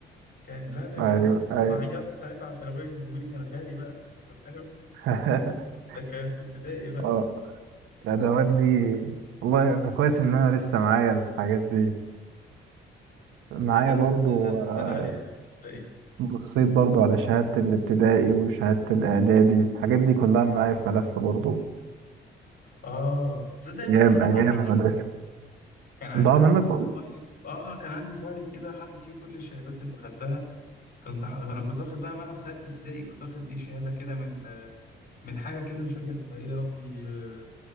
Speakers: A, on the left; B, on the right.
A: كان لا ده
B: ايوه
A: كان ده
B: ايوه
A: انا عيطت ساعتها عشان ابويا جابولي كان غالي بقى ساعتها فاهم
B: <laughs>
A: ده كان في ابتدائي بقى
B: اه الادوات دي والله انا كويس ان انا لسه معايا الحاجات دي معايا
A: لا لا
B: برضو
A: لا انا زعلان
B: آه،
A: عليه ده مش لاقيه
B: بصيت برضو على شهادة الابتدائي وشهادة الإعدادي الحاجات دي كلها معايا في ملف برضو
A: اه تصدق الملف
B: أيام
A: ده
B: أيام
A: ضاع مني
B: المدرسة
A: كان عندي
B: ضاع
A: برضه
B: منك ولا-
A: فايل اه كان عندي فايل كده حاطط فيه كل الشهادات اللي خدتها كنت ح... انا كنت واخد بقى وانا في ثالثه ابتدائي كنت واخد ايه شهاده كده من آه، من حاجه كده مش فاكر اسمها ايه يا ربي آه،